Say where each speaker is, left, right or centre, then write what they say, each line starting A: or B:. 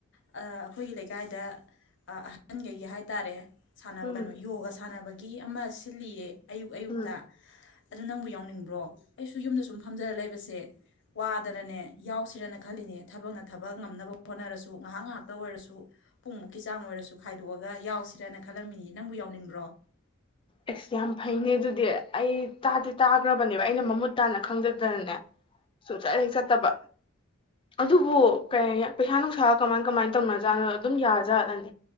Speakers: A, on the left; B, on the left.
A: ꯑ ꯑꯩꯈꯣꯏꯒꯤ ꯂꯩꯀꯥꯏꯗ ꯑꯍꯟꯒꯩꯒꯤ ꯍꯥꯏ ꯇꯔꯦ ꯁꯥꯟꯅꯕ
B: ꯎꯝ
A: ꯀꯅꯣ ꯌꯣꯒ ꯁꯥꯟꯅꯕꯒꯤ ꯑꯃ ꯁ ꯏ ꯂꯤꯌꯦ ꯑꯌꯨꯛ ꯑꯌꯨꯛꯇ
B: ꯎꯝ
A: ꯑꯗꯨ ꯅꯪꯕꯨ ꯌꯥꯎꯅꯤꯡ ꯕ꯭ꯔꯣ ꯑꯩꯁꯨ ꯌꯨꯝꯗ ꯁꯨꯝ ꯐꯝꯖꯔ ꯂꯩꯕꯁꯦ ꯋꯥꯗꯅꯅꯦ ꯌꯥꯎꯁꯤꯔꯅ ꯈꯜꯂꯤꯅꯦ ꯊꯕꯛꯅ ꯊꯕ ꯉꯝꯅꯕ ꯍꯣꯠꯅꯔꯁꯨ ꯉꯥꯏꯍꯥꯛ ꯉꯥꯏꯍꯥꯛꯇ ꯑꯣꯏꯔꯁꯨ ꯄꯨꯡꯃꯨꯛꯀꯤ ꯆꯥꯡ ꯑꯣꯏꯔꯁꯨ ꯈꯥꯏ ꯣꯛꯑꯒ ꯌꯥꯎꯁꯤꯔꯅ ꯈꯜꯂꯝꯃꯤꯅꯤ ꯅꯪꯕꯨ ꯌꯥꯎꯅꯤꯡꯕ
B: ꯑꯦꯁ ꯌꯥꯝ ꯐꯩꯅꯦ ꯑꯗꯨ ꯗꯤ ꯑꯩ ꯇꯥꯗꯦ ꯇꯥꯈ꯭ꯔꯕꯅꯦꯕ ꯑꯩꯅ ꯃꯃꯨꯠ ꯇꯥꯅ ꯈꯪꯖꯗꯅꯅꯦ ꯁꯨꯡꯆꯠ ꯍꯦꯛ ꯆꯠꯇꯕ ꯑꯗꯨꯕꯨ ꯀꯩ ꯄꯩꯁꯥ ꯅꯨꯡꯁꯥ ꯀꯃꯥꯏ ꯀꯃꯥꯏꯅ ꯇꯧꯅꯖꯥꯠꯅꯣ ꯑꯗꯨꯝ ꯌꯥꯖꯥꯠꯂꯅꯤ